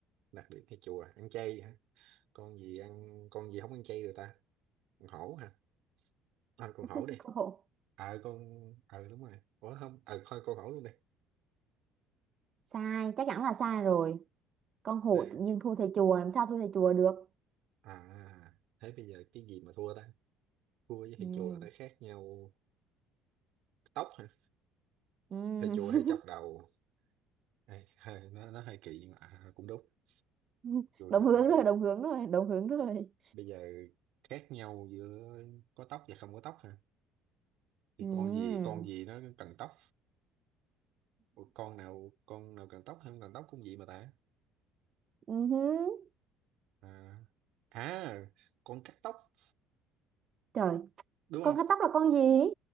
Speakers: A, on the right; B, on the right.
A: đặc điểm thầy chùa ăn chay hả con gì ăn con gì không ăn chay rồi ta con hổ hả à, con
B: <laughs>
A: hổ đi
B: khổ
A: ờ con ờ đúng rồi ủa không ờ thôi con hổ luôn đi
B: sai chắc chắn là sai rồi con hổ
A: đây
B: tự nhiên thua thầy chùa làm sao thua thầy chùa được
A: à thế bây giờ cái gì mà thua ta vua với thầy
B: ừ.
A: chùa nó khác nhau tóc hả
B: Ừ.
A: thầy chùa hay chọc đầu Ê, hơi, nó, nó hơi kỳ nhưng mà à, cũng đúng
B: <laughs>
A: chùa
B: đồng
A: chọc
B: hướng
A: đầu
B: rồi đồng hướng rồi đồng hướng rồi
A: bây giờ khác nhau giữa có tóc và không có tóc hả thì
B: ừ.
A: con gì con gì nó cần tóc Ủa, con nào con nào cần tóc hay không cần tóc cũng vậy mà ta
B: Ừ.
A: à, à con cắt tóc
B: trời
A: đúng
B: con
A: không
B: cắt tóc là con gì